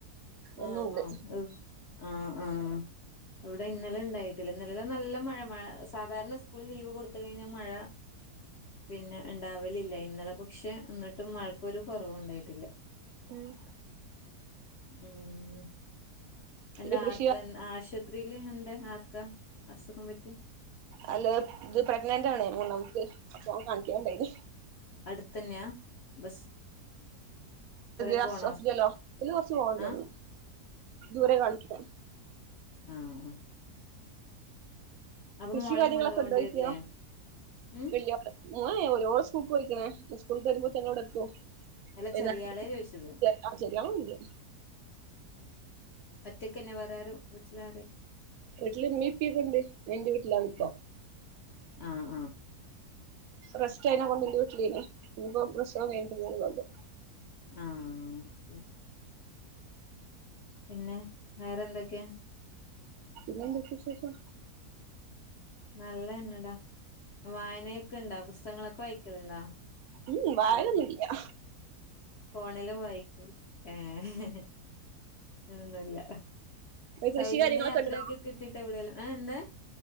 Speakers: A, on the left; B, on the right.
A: ആഹ്
B: എന്നുണ്ട്
A: ആഹ് ആഹ് ആഹ് ഇവിടെ ഇന്നലെ ണ്ടായി ഇന്നലെല്ലം നല്ല മഴ മഴ സാധാരണ സ്കൂളിൽ ലീവ് കൊടുത്ത് കഴിഞ്ഞാ മഴ പിന്നെ ണ്ടാവലില്ല ഇന്നലെ പക്ഷെ എന്നിട്ടും മഴക്കൊരു കോറവും ഉണ്ടായിട്ടില്ല
B: ഉം
A: മ്മ്
B: പിന്നെ
A: എന്റെ
B: കൃഷി
A: ആർക്കൻ ആശ് ആശുപത്രില് ഇണ്ട് ആർക്കാ അസുഖം പറ്റിയെ
B: അല്ല ഇത് പ്രഗ്നന്റ് ആണേ മൂന്നാമത്തെ അപ്പൊ കാണിക്കാൻ ണ്ടായിനി
A: അടുത്തന്നയാ ബസ് കൊറെ
B: ഹോസ്പിറ്റലോ
A: പോണോ
B: ന്ന് കോറച്ച് പോകണ്ട്
A: ആ
B: തോനണ് ദൂരെ കാണിക്ക്ണെ
A: ആഹ് ആഹ് അപ്പൊ
B: കൃഷി
A: മോളെയും
B: കാര്യങ്ങളൊക്കെ
A: കൊണ്ടുപോകേണ്ടി
B: ഉണ്ടോയി
A: വരില്ലേ
B: ക്കിയാ
A: ഉം
B: ഇല്യ ഓൻ സ്കൂൾക്ക് പോയിക്കണ് സ്കൂൾട്ട് വരുമ്പോത്തിനു ഇവടെ എത്തും
A: അല്ല
B: <unintelligible>
A: ചെറിയ ആളെ ചോദിച്ചത്
B: ആഹ് ചെറിയാളുണ്ട്
A: ഒറ്റക്കന്ന വേറാരും വീട്ടില് ആരെ
B: വീട്ടില് മ്മിപ്പക്കണ്ട് ഞാൻ ന്റെ വീട്ടിലാണ്പ്പോ
A: ആ ആ ആ
B: റെസ്റ്റ് അയിനകൊണ്ട് ന്റെ വീട്ടിലായിനി ഇനിപ്പോ പ്രസവം കഴിഞ്ഞിട്ട് പോന്നോള്ളൂ ആണ്ട്
A: ആഹ് <unintelligible> പിന്നെ വേറെന്തൊക്കെ
B: പിന്നന്തൊക്കെ വിശേഷം
A: നല്ലന്നടാ വായന യൊക്കെ ഇണ്ടാ പുസ്തകങ്ങളൊക്കെ വായിക്കലുണ്ടോ
B: ളം വായനൊന്നുല്ലാ
A: അതോ ഫോണിലും വായിക്ക ഏഹ് ഒന്നുല്ല
B: കൃഷി
A: സൗജന്യ
B: കാര്യങ്ങളൊക്കെ
A: യാത്രയൊക്കെ
B: ഉണ്ടോ
A: കിട്ടിട്ട് എവിടെലും ഏ എന്താ